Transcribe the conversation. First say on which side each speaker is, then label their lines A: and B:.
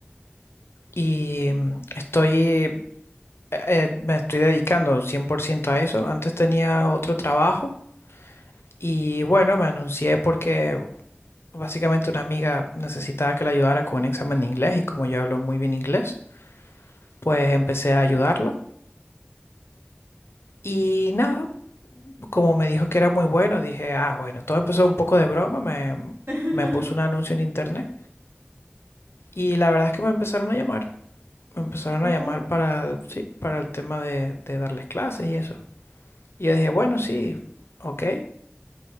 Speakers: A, on the left; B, on the right.
A: y
B: Mm,
A: mm, estoy, eh, eh, me estoy dedicando 100% a eso. Antes tenía otro trabajo y bueno, me anuncié porque básicamente una amiga necesitaba que la ayudara con un examen de inglés y como yo hablo muy bien inglés, pues empecé a ayudarla. Y
B: Oh,
A: nada, como me dijo que era muy bueno, dije, ah, bueno, todo empezó un poco de broma, me,
B: <laughs>
A: me puso un anuncio en internet y la verdad es que me empezaron a llamar, me empezaron
B: oh,
A: a llamar para, sí, para el tema de, de darles clases y eso. Y yo dije, bueno, sí, ok.